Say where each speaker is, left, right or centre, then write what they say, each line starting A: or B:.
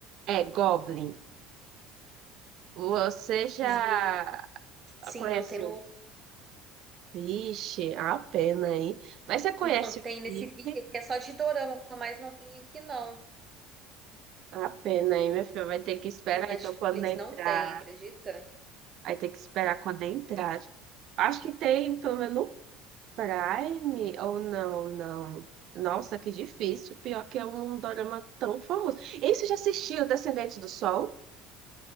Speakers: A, on the right; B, on the right.
A: É Goblin. Você já
B: Gente, sim,
A: Conhece
B: não tem no...
A: o Vixe? A pena, aí, Mas você conhece
B: Então, tem
A: o
B: nesse
A: Vic?
B: vídeo aqui, é só de dorama, mas não tem aqui não.
A: A pena, aí, meu filho? Vai ter que esperar,
B: No Netflix
A: então, quando entrar.
B: não tem, acredita?
A: Vai ter que esperar quando entrar. Acho que tem, pelo menos, no Prime. Ou não, não. Nossa, que difícil. Pior que é um dorama tão famoso. E você já assistiu Descendente do Sol?